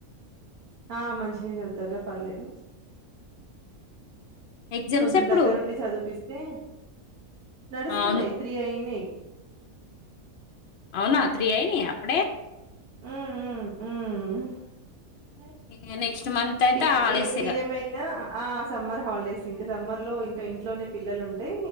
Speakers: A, on the right; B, on the left.
A: ఆ మంచినే చదువుతరా పర్లేదు
B: ఎగ్జామ్స్
A: కొంచం
B: ఎప్పుడు
A: దగ్గరుండి చదివిపిస్ పే నడుస్తున్నాయి
B: అవును
A: తీ అయినయి
B: అవునా త్రీ అయినయ అప్పుడే
A: ఉమ్ ఉమ్ మ్
B: ఇగ నెక్స్ట్ మంత్ అయితే
A: ఇ
B: హాలిడేస్
A: ఇవ్ మీరేమైనా
B: ఇగ
A: ఆ సమ్మర్ హాలిడేస్ ఈ సమ్మర్ లో ఇంకా ఇంట్లోనే పిల్లలు ఉంటే